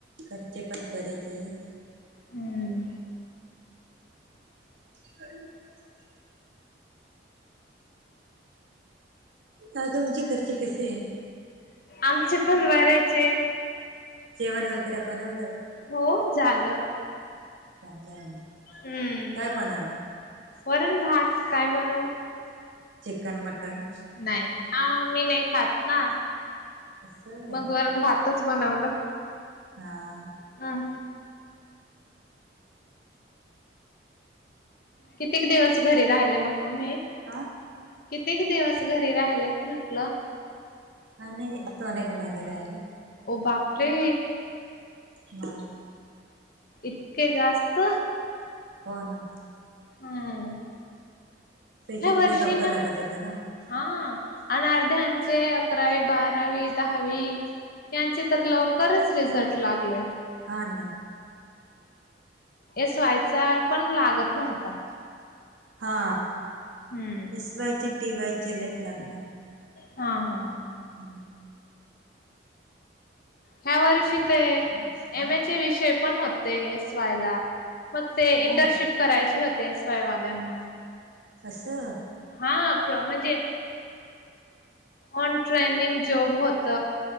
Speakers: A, on the right; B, on the left.
A: घरचे पण, बरे आहे की.
B: हम्म.
A: <unintelligible> ताई, तुमचे घरचे कसे आहे?
B: आमचे पण, बरेचे.
A: जेवण वगैरे बनवलं?
B: हो, झालं.
A: चांगलं आहे ना,
B: हम्म
A: काय बनवलं?
B: वरण भात, काय बनवू?
A: चिकन मटण?
B: नाही, मी नाही खात ना.
A: असं
B: मग वरण भातच बनवलं.
A: हा.
B: आ. कितीक दिवस, घरी राहिले मग तुम्ही?
A: आ?
B: कित्येक दिवस, घरी राहिलेत म्हटलं?
A: काय नाही, दोन एक महिने राहिले.
B: ओ बापरे!
A: मग?
B: इतके जास्त?
A: हो ना.
B: हम्म.
A: रिजल्ट
B: या वर्षीं
A: नाही लवकर
B: ना
A: लागत होत ना
B: हा, अन अर्ध्यांचे अकरावी, बारावी, दहावी त्यांचे तर, लवकरच रिझल्ट लागलोय.
A: हा ना.
B: एस. वाय. चा पण लागत नव्हता.
A: हा,
B: हम्म
A: एस. वाय. चे अन टी. वाय. चे लेट लागणार.
B: हा हा.
A: हम..
B: ह्या वर्षी ते एम ए चे विषय पण होते एस वाय ला. मग ते
A: हा
B: इंटर्नशिप करायची होते एस वाय वाल्यांना.
A: असं..
B: हा फ्रॉम म्हणजे? ऑन ट्रेनिंग जॉब होत.